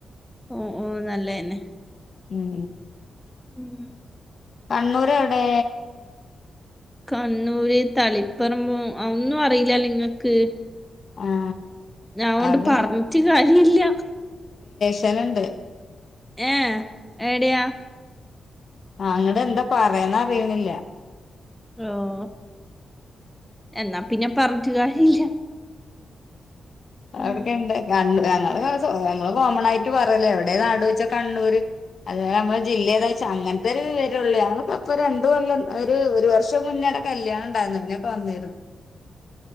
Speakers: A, in the centre; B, on the left.
A: ഓ ഓ നല്ലതന്നെ
B: ഉം
A: മം
B: കണ്ണൂര് എവിടെ?
A: കണ്ണൂര് തളിപ്പറമ്പ ഒന്നും അറിയില്ല നിങ്ങൾക്ക്?
B: ആഹ്
A: ഞാ ഒണ്ട്
B: അവിടെ
A: പറഞ്ഞിട്ട് കാര്യല്ല.
B: ചെലണ്ട്.
A: ഏ എടയാ?
B: ആ അങ്ങടെ എന്താ പറയാന്ന അറിയണില്ല.
A: ആഹ് എന്നാ പിന്നെ പറഞ്ഞിട്ടു കാര്യല്ല.
B: അവിടക്ക
A: ഉം
B: ഇണ്ട് കണ്ടു. ഞ നമ്മള് കോമൺ ആയിട്ട് പറയല എവിടെ നാട് വെച്ചാൽ കണ്ണൂര്. അതുപോലെ നമ്മള് ജില്ലേതാ വച്ച അങ്ങനത്തെ ഒരു പേരെള്ളൂ നക്കപ്പ രണ്ട കൊല്ലം ഒരു ഒരു വർഷം മുന്നേ. ടെ കല്യാണ ഉണ്ടായിന്ന ഇങ്ങൊക്കെ വന്നിരുന്നു.